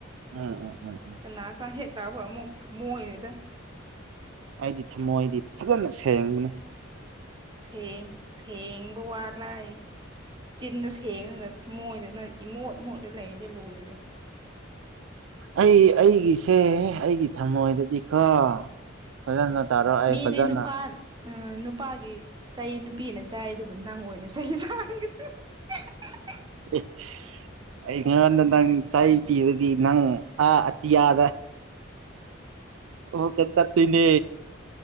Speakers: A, on the right; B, on the right.
A: ꯎꯝ ꯎꯝ ꯎꯝ
B: ꯀꯅꯥꯒ ꯍꯦꯛ ꯂꯥꯛꯑꯕ ꯑꯃꯨꯛ ꯊꯝꯃꯣꯅꯤꯗ
A: ꯑꯩꯗꯤ ꯊꯝꯃꯣꯏꯗꯤ ꯐꯖꯅ ꯁꯦꯡꯕꯅꯤ
B: ꯁꯦꯡ ꯁꯦꯡꯕ ꯋꯥ ꯂꯥꯏꯔꯤ ꯆꯤꯟꯅ ꯁꯦꯡꯉꯒ ꯊꯃꯣꯏꯗꯅ ꯏꯃꯣꯠ ꯃꯣꯠꯂ ꯂꯩꯔꯦ ꯂꯣꯏꯔꯦ
A: ꯑꯩ ꯑꯩꯒꯤꯁꯦ ꯑꯩꯒꯤ ꯊꯝꯃꯣꯏꯗꯗꯤ ꯀꯣ ꯐꯖꯅ ꯇꯥꯔꯣ ꯑꯩ
B: ꯃꯤꯗꯤ
A: ꯐꯖꯅ
B: ꯅꯨꯨꯄꯥꯥꯟ ꯅꯨꯄꯥꯒꯤ ꯆꯩ ꯅꯨꯄꯤꯅ ꯆꯥꯏ ꯑꯗꯨꯕꯨ ꯅꯪ ꯑꯣꯏꯅ ꯆꯩ ꯆꯥꯈ꯭ꯔꯦ <unintelligible>
A: ꯎ ꯑꯩꯉꯔꯥꯡꯗ ꯅꯪ ꯆꯥꯏ ꯄꯤꯔꯗꯤ ꯅꯪ ꯑꯥ ꯑꯇꯤꯌꯥꯗ ꯑꯣ ꯆꯠ ꯇꯣꯏꯅꯦ